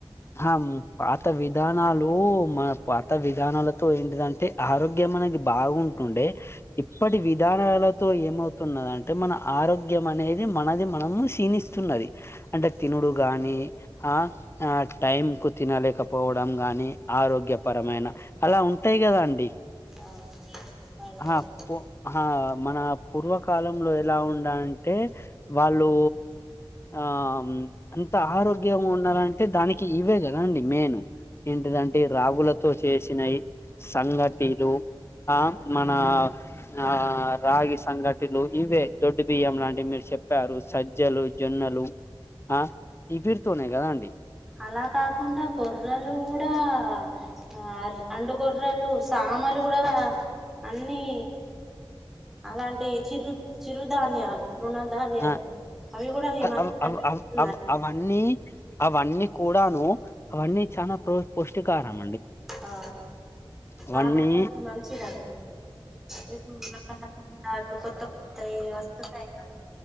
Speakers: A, on the left (about 30°); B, in the centre.
A: హమ్ పాత విధానాలు లో మన పాత విధానాలతో ఏంటిదంటే ఆరోగ్యం అనేది బాగుం టుండే ఇప్పటి విధానాలతో ఏమవుతున్న అంటే మన ఆరోగ్యం అనేది మనది మనం క్షినిస్తున్నది అంటే తినుడు గాని ఆ ఆ టైం కు తినలేకపోవ వ్వడం గాని ఆరోగ్యపరమైన అలా ఉంటాయి గదా అండి
B: అవును అలానే
A: ఆ ఆహా మన పూర్వకాలంలో ఇలా ఉండా అంటే వాళ్ళు ఆమ్ అంత ఆరోగ్యం ఉండాలంటే దానికి ఇవే కదా అండి మేను ఎంటిదిదంటే రాగులతో చేసినవి సంగటీలు ఆ మనా ఆ రాగి సంగటిలు ఇవే దొడ్డు బియ్యం లాంటివి మీరు చెప్పారు సజ్జలు జొన్న నలు ఆ ఈ వీరుతోనే కదా అండి
B: అలా కాకుండా కొర్రలు కూడా ఆ అండుగొర్రాలు సామాలు గూడా అన్ని అలాంటీ చిరు చిరుధాన్యాలు తృణధాన్యాలు
A: ఆ
B: అవి కూడా ఈ మధ్య
A: అవ్ అవ్
B: నడుస్తున్నాయి
A: అవ్ అవ్ అవన్నీ అవన్నీ కూడాను అవన్నీ చానా పుష్టికాహం
B: ఆ
A: అవన్నీ
B: ఆరోగ్యానికి మంచిదండి ఇప్పుడు ఎక్కనకుండా ఇప్పుడు కొత్త కొత్తయి వస్తున్నాయి కదా